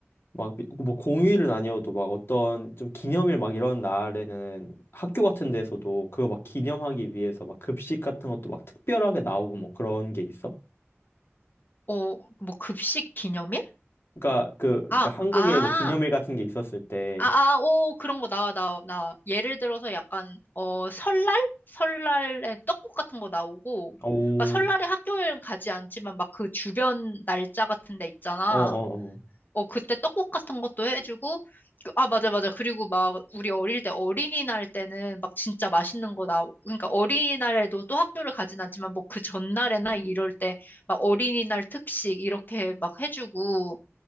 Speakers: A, on the left; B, on the left.
A: 막, 뭐 공휴일은 아니어도 막 어떤 좀 기념일 막 이런 날에는 학교 같은 데서도 그거 막 기념하기 위해서 막 급식 같은 것도 막 특별하게 나오고 뭐 그런 게 있어?
B: 어, 뭐 급식 기념일?
A: 그러니까 그, 그러니까
B: 아,
A: 한국에
B: 아.
A: 뭐 기념일 같은 게 있었을 때,
B: 아, 아, 오, 그런 거 나와, 나와, 나와. 예를 들어서 약간, 어, 설날? 설날에 떡국 같은 거 나오고,
A: 오,
B: 그러니까 설날에 학교에는 가지 않지만 막 그 주변 날짜 같은 데 있잖아.
A: 어, 어, 어,
B: 어, 그때 떡국 같은 것도 해주고, 그- 아, 맞아, 맞아. 그리고 막 우리 어릴 때 어린이날 때는 막 진짜 맛있는 거 나오, 그러니까 어린이날에도 또 학교를 가진 않지만 뭐 그 전날에나 이럴 때 막 어린이날 특식 이렇게 막 해주고,